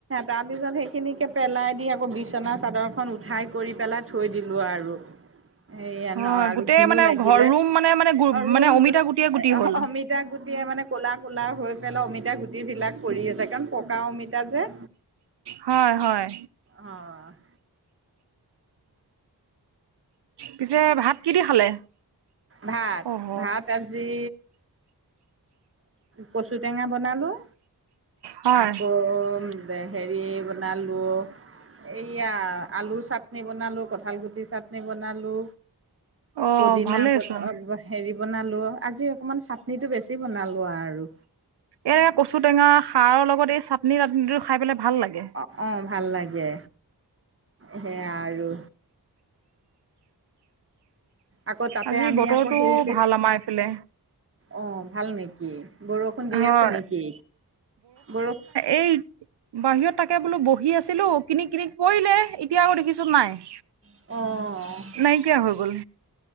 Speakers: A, on the right; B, on the right.
A: তাৰ পিছত সেইখিনিকিকে পেলাই দি আকৌ বিচনা চাদৰখন কৰি পেলাই থৈ দিলোঁ আৰু, এইয়া ন
B: হয়
A: আৰু
B: গোটেই
A: ঘিণো
B: মানে
A: লাগিলে
B: ঘৰ ৰুম মানে মানে গো
A: অৰুণ
B: মানে অমিতা
A: অমিত
B: গুটিয়ে গুটি হ'ল
A: মিতা গুটি মানে ক'লা ক'লা হৈ পেলাই অমিতা গুটি বিলাক পৰি আছে কাৰণ পকা অমিতা যে।
B: হয় হয়।
A: অঁ।
B: পিছে ভাত কি দি খালে
A: ভাত
B: অহ
A: ভাত। কাজি কচু টেঙা বনালোঁ।
B: হয়
A: আকৌ হেৰি বনালোঁ। এয়া আলু চাটনি বনালো কঁঠাল গুটি চি চাটনি বনালো
B: অঁ
A: পুদিনা
B: ভালেইচোন
A: <unintelligible> হেৰি বনালো আজি অকমান চাটনিটো বেছি বনালো আৰু।
B: এ, কচু টেঙা সাৰৰ লগত এই চাটনি টাটনিটো খাই পেলাই ভাল লাগে।
A: অঁ অঁ ভাল লাগে সেয়াই আৰু। আকৌ তাতে
B: আজি
A: আমি
B: বতৰটো
A: আকৌ সেইতে
B: ভাল আমাৰ এইফালে
A: অঁ, ভাল নেকি? নে বৰষুণ দি
B: হয়
A: আছে নেকি বৰষুণ?
B: এই। বাহিৰত তাকে বোলো বহি আছিলোঁ কিনি কিনি পৰিলে এতিয়া আকৌ দেখিছোঁ নাই।
A: অঁ।
B: নাইকিয়া হৈ গ'ল